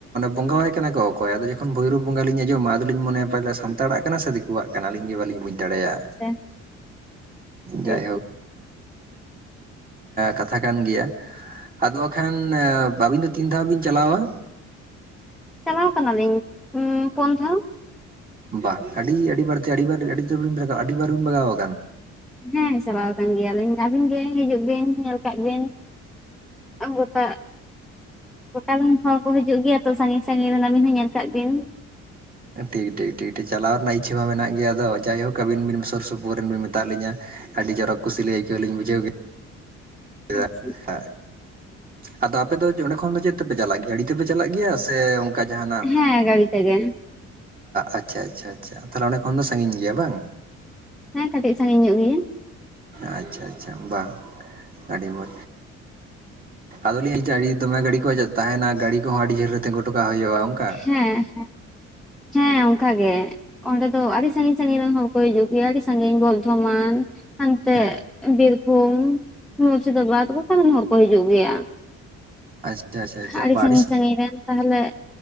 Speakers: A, on the right; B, in the centre.
A: ᱵᱚᱸᱜᱟᱣᱟᱭ ᱠᱟᱱᱟ ᱠᱚ ᱚᱠᱚᱭ ᱟᱫᱚ ᱡᱚᱠᱷᱚᱱ ᱵᱷᱳᱭᱨᱳᱵᱽ ᱵᱚᱸᱜᱟ ᱞᱤᱧ ᱟᱸᱡᱚᱢᱟ ᱟᱫᱚ ᱞᱤᱧ ᱢᱚᱱᱮᱭᱟ ᱯᱟᱞᱮ ᱥᱟᱱᱛᱟᱲᱟᱜ ᱠᱟᱱᱟ ᱥᱮ ᱫᱤᱠᱩᱣᱟᱜ ᱠᱟᱱᱟ ᱟᱹᱞᱤᱧ ᱜᱮ ᱵᱟᱞᱤᱧ ᱵᱩᱡᱽ ᱫᱟᱲᱮᱭᱟᱜᱼᱟ
B: ᱥᱮ ᱦᱮᱸ
A: ᱡᱟᱭᱦᱳᱠ ᱠᱟᱛᱷᱟ ᱠᱟᱱ ᱜᱮᱭᱟ ᱟᱫᱚ ᱵᱟᱠᱷᱟᱱ ᱟᱹᱵᱤᱱ ᱫᱚ ᱛᱤᱱ ᱫᱷᱟᱣ ᱵᱤᱱ ᱪᱟᱞᱟᱣᱟ
B: ᱪᱟᱞᱟᱣ ᱠᱟᱱᱟᱞᱤᱧ ᱯᱩᱱ ᱫᱷᱟᱣ
A: ᱵᱟᱝ ᱟᱹᱰᱤᱟᱰᱤ ᱵᱟᱨᱛᱮ ᱟᱹᱰᱤ ᱟᱹᱰᱤ ᱵᱟᱨ ᱵᱤᱱᱟᱜ ᱟᱹᱰᱤᱵᱟᱨ ᱵᱤᱱ ᱵᱟᱜᱟᱣᱟ
B: ᱦᱮᱸ ᱪᱟᱞᱟᱣ ᱟᱠᱟᱱ ᱜᱮᱭᱟ ᱞᱤᱧ ᱟᱹᱵᱤᱱ ᱜᱮ ᱦᱤᱡᱩᱜ ᱵᱤᱱ ᱧᱮᱞ ᱠᱟᱜ ᱵᱤᱱ ᱟ ᱜᱚᱴᱟ ᱜᱚᱴᱟ ᱨᱤᱱ ᱦᱚᱲ ᱠᱚ ᱦᱤᱡᱩᱜ ᱜᱮᱭᱟ ᱛᱚ ᱥᱟᱺᱜᱤᱧ ᱥᱟᱺᱜᱤᱧ ᱨᱤᱱ ᱟᱹᱵᱤᱱ ᱦᱚᱸ ᱧᱮᱞ ᱠᱟᱜ ᱵᱤᱱ
A: ᱴᱷᱤᱠ ᱴᱷᱤᱠ ᱴᱷᱤᱠ ᱴᱷᱤᱠ ᱪᱟᱞᱟᱣ ᱨᱮᱱᱟᱜ ᱤᱪ ᱪᱷᱟᱹ ᱢᱟ ᱢᱮᱱᱟᱜ ᱜᱮᱭᱟ ᱟᱫᱚ ᱡᱟᱭᱦᱚ ᱟᱹᱵᱤᱱ ᱵᱤᱱ ᱥᱩᱨ ᱥᱩᱯᱩᱨ ᱨᱮᱱ ᱵᱤᱱ ᱢᱮᱛᱟᱜ ᱞᱤᱧᱟᱹ ᱟᱹᱰᱤ ᱡᱚᱨᱚᱠ ᱠᱩᱥᱤ ᱞᱤᱧ ᱟᱹᱭᱠᱟᱹᱣ ᱞᱤᱧ ᱵᱩᱡᱷᱟᱹᱣ ᱠᱮᱫᱟ ᱠᱮᱫᱟ
B: ᱟᱪᱪᱷᱟ
A: ᱦᱚ ᱟᱫᱚ ᱟᱯᱮ ᱫᱚ ᱚᱸᱰᱮ ᱠᱷᱚᱱ ᱫᱚ ᱪᱮᱫ ᱛᱮᱯᱮ ᱪᱟᱞᱟᱜ ᱜᱮᱭᱟ ᱜᱟᱹᱰᱤ ᱛᱮᱯᱮ ᱪᱟᱞᱟᱜ ᱜᱮᱭᱟ ᱥᱮ ᱚᱱᱠᱟ ᱡᱟᱦᱟᱱᱟᱜ
B: ᱦᱮᱸ ᱜᱟᱹᱲᱤ ᱛᱮᱜᱮ
A: ᱟᱪ ᱪᱷᱟ ᱟᱪ ᱪᱷᱟ ᱪᱷᱟ ᱛᱟᱦᱚᱞᱮ ᱚᱸᱰᱮ ᱠᱷᱚᱱ ᱫᱚ ᱥᱟᱺᱜᱤᱧ ᱜᱮᱭᱟ ᱵᱟᱝ
B: ᱦᱮᱸ ᱠᱟᱹᱴᱤᱡ ᱥᱟᱺᱜᱤᱧ ᱧᱚᱜ ᱜᱮᱭᱟ
A: ᱟᱪ ᱪᱷᱟ ᱟᱪ ᱪᱷᱟ ᱵᱟᱝ ᱟᱹᱰᱤ ᱢᱚᱡ ᱟᱫᱚᱞᱤᱧ ᱦᱮᱡᱼᱟ ᱟᱹᱰᱤ ᱫᱚᱢᱮ ᱜᱟᱹᱰᱤ ᱠᱚ ᱛᱟᱦᱮᱸᱱᱟ ᱜᱟᱹᱰᱤ ᱠᱚᱦᱚᱸ ᱟᱹᱰᱤ ᱡᱷᱟᱹᱞ ᱨᱮ ᱛᱮᱸᱜᱳ ᱦᱚᱴᱚ ᱠᱟᱜ ᱦᱩᱭᱩᱜᱼᱟ ᱚᱱᱠᱟ
B: ᱦᱮᱸ ᱦᱮᱸ ᱦᱮᱸ ᱚᱱᱠᱟ ᱜᱮ ᱚᱸᱰᱮ ᱫᱚ ᱟᱹᱰᱤ ᱥᱟᱺᱜᱤᱧ ᱥᱟᱺᱜᱤᱧ ᱨᱮᱱ ᱦᱚᱲ ᱠᱚ ᱦᱤᱡᱩᱜ ᱜᱮᱭᱟ ᱟᱹᱰᱤ ᱥᱟᱺᱜᱤᱧ ᱵᱚᱨᱫᱷᱚᱢᱟᱱ ᱟᱱᱛᱮ
A: ᱦᱮᱸ
B: ᱵᱤᱨᱨᱵᱷᱩᱢ ᱢᱩᱨᱥᱤᱫᱟᱵᱟᱫᱽ ᱜᱚᱴᱟ ᱨᱮᱱ ᱦᱚᱲ ᱠᱚ ᱦᱤᱡᱩᱜ ᱜᱮᱭᱟ
A: ᱟᱪᱪᱷᱟ ᱟᱪᱪᱷᱟ ᱟᱪᱪᱷᱟ
B: ᱟᱹᱰᱤ
A: ᱵᱟ
B: ᱥᱟᱺᱜᱤᱧ ᱥᱟᱺᱜᱤᱧ ᱨᱮᱱ ᱛᱟᱦᱚᱞᱮ